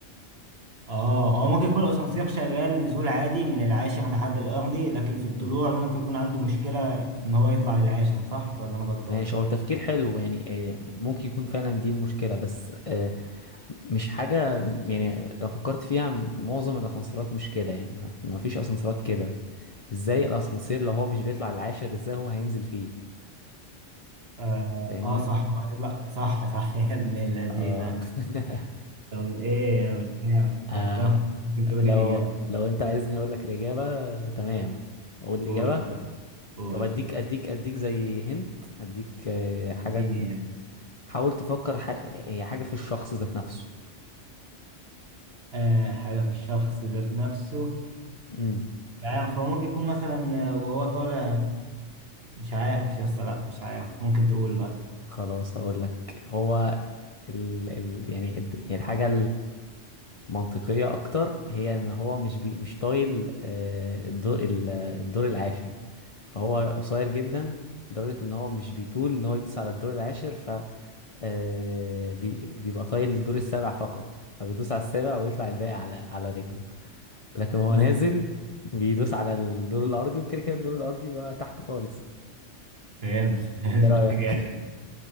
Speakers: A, on the right; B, on the left.
A: اه هو ممكن يكون الاسانسير شغال نزول عادي من العاشر لحد الارضي لكن في الطلوع
B: مم.
A: ممكن يكون عنده مشكلة في ان هو يطلع للعاشر صح ولا انا غلطان
B: ماشي هو تفكير حلو يعني آه، ممكن يكون فعلا دي المشكلة بس آه، مش حاجة يعني لو فكرت فيها معظم الأسانسيرات مش كده يعني ما ما فيش أسانسيرات كده ازاي الأسانسير لو هو مش بيطلع العاشر ازاي هو هينزل فيه
A: اه,
B: فاهمني
A: آه صح هو هيطلع صح صح يا ابن الذين
B: اه <laughs>
A: طب ايه انا مش عارف
B: آه،
A: احتار ممكن تقولي
B: لو
A: الاجابة
B: لو انت عايزني اقول لك الاجابه تمام اقول الاجابه
A: قول قول
B: طب اديك اديك اديك زي هنت اديك آه، حاجه
A: اديني يعني.
B: حاول تفكر ح... هي حاجه في الشخص ذات نفسه
A: آه حاجة في الشخص ذات نفسه
B: امم
A: مش عارف هو ممكن يكون مثلا آه، وهو طالع مش عارف يا اسطى لا مش عارف ممكن تقول بقى
B: خلاص اقول لك هو ال... ال... يعني الت- يعني الحاجه المنطقيه اكتر هي ان هو مش بي... مش طايل آه، الدور ال- الدور العاشر فهو قصير جدا لدرجه ان هو مش بيطول ان هو يدوس على الدور العاشر آه، بي- بيبقى طايل الدور السابع فقط فبيدوس على السابع ويطلع الباقي على على رجله لكن
A: <laughs>
B: هو نازل بيدوس على الدور الأرضي وكده كده الدور الأرضي بقى تحت خالص
A: فهمت فهمت
B: ايه رأيك
A: جامد
B: <laughs>